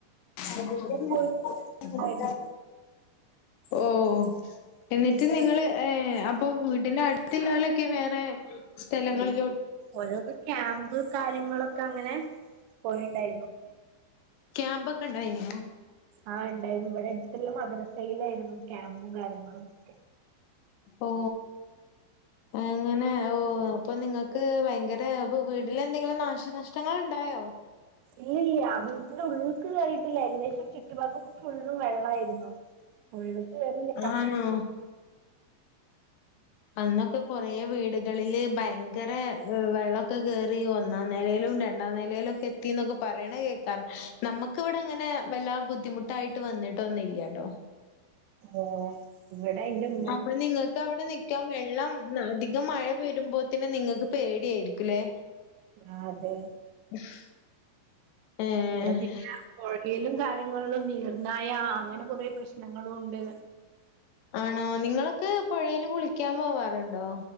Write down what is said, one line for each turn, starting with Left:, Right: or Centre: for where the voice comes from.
Left: <unintelligible>
Right: പോയിട്ട് ആയിരുന്നു.
Left: ഓഹ് എന്നിട്ട് നിങ്ങള് ഏഹ് അപ്പൊ വീട്ടി ന്റെ അടുത്ത്ല്ലലൊക്കെ വേറെ സ്ഥലങ്ങളിൽ
Right: ഓരോക്കെ ക്യാമ്പ് കാര്യങ്ങളൊക്കെ അങ്ങനെ പോയിണ്ടായിരുന്നു
Left: ക്യാമ്പൊക്കെ ഉണ്ടായിനോ
Right: ആഹ് ഉണ്ടായിരുന്നു ഇവിടെ അടുത്തുള്ള മദ്രസയിലായിരുന്നു ക്യാമ്പും കാര്യങ്ങളും ഒക്കെ
Left: ഓ എങ്ങനെ ഓ ഓഹ് അപ്പൊ നിങ്ങൾക്ക് ഭയങ്കര ഇപ്പൊ വീട്ടില് എന്തെങ്കിലും നാശനഷ്ടങ്ങൾ ണ്ടായോ
Right: ഇല്ലല്ല വീട്ടിന്റെ ഉള്ള്ക്ക് കേയറിയിട്ടില്ല ഏകദേശം ചുറ്റുഭാഗം ഫുള്ളും വെള്ളമായിരുന്നു ഒയിവ്ക്ക് വരില്ല
Left: ആണോ? അന്നൊക്കെ കൊറേ വീടുകളില് ഭയങ്കര വെള്ളമൊക്കെ കറി ഒന്നാം നിലയിലും രണ്ടാ രണ്ടാ നിലയിലൊക്കെ എത്തിന്നൊക്കെ പറയണ കേൾക്കാ നമക്ക് ഇവിടെ അങ്ങനെ വല്ലാ ബുദ്ധിമുട്ടായിട്ട് ട്ട് വന്നിട്ട്ഒന്നില്ലട്ടോ
Right: ഏഹ് ഇവിടെ ന്റെ മ്മാ
Left: അപ്പൊ നിങ്ങക്ക് അവിടെ നിക്കാം വെള്ളം അധികം മഴ വരുമ്പോ പിന്നെ നിങ്ങൾക്ക് പേടിയായിരിക്കല്ലേ
Right: ആഹ് അതെ
Left: <inaudible> ഏഹ്
Right: അലോ പിന്നെ പുഴയിലും കാര്യങ്ങളിലും നീർന്നായ അങ്ങനെ കൊറേ പ്രശ്നങ്ങളും ഉണ്ട്
Left: ആണോ നിങ്ങളൊക്കെ പുഴയിൽ കുളിക്കാൻ പോവാറുണ്ടോ